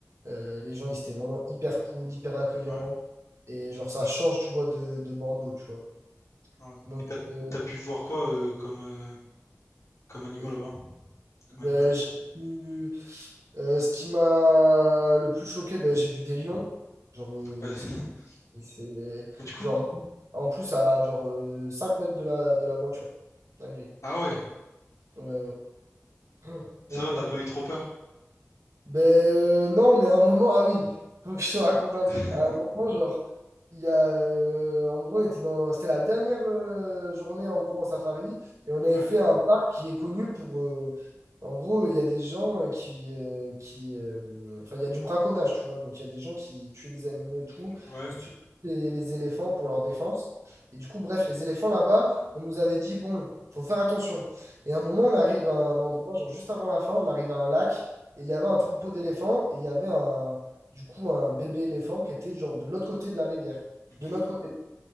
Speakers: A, on the right; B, on the left.
A: euh, les gens, ils étaient vraiment hyper cool, hyper accueillants.
B: Ouais.
A: Et genre, ça change, tu vois, de, de Bordeaux, tu vois.
B: Ouais.
A: Donc,
B: Et t'as,
A: euh,
B: t'as pu voir quoi euh, comme, euh, comme animal
A: euh,
B: là-bas? Comme
A: ben,
B: animal.
A: j'ai vu. euh, ce qui m'a le plus choqué, ben, j'ai vu des lions.
B: Mhm.
A: Genre, euh,
B: Ouais. <laughs>
A: ça, Et C'est
B: Mais du coup,
A: genre en plus à genre euh, 5 mètres de la, de la voiture. Dinguerie.
B: ah ouais,
A: Ouais, ouais. <clears throat> Vraiment
B: ça va,
A: dinguerie.
B: t'as pas eu trop peur.
A: Ben euh, non, mais à un moment, ah oui, faut que je te raconte un truc.
B: <laughs>
A: À un moment, genre, il y a, euh, en gros, on était dans, c'était la dernière euh, journée en gros en safari et on avait
B: Ouais,
A: fait un parc qui est connu pour, euh, en gros, il y a des gens euh, qui, euh, qui, euh, enfin, il y a du braconnage, tu vois, donc il y a des gens qui tuaient des animaux et tout,
B: ouais.
A: et surtout les, les éléphants pour leur défense. Et du coup, bref, les éléphants là-bas, on nous avait dit, bon, faut faire attention. Et à un moment, on arrive à un endroit, genre juste avant la fin, on arrive à un lac. Et il y avait un troupeau d'éléphants et il y avait un, du coup un bébé éléphant qui était genre de l'autre côté de la rivière,
B: Mhm.
A: de notre côté.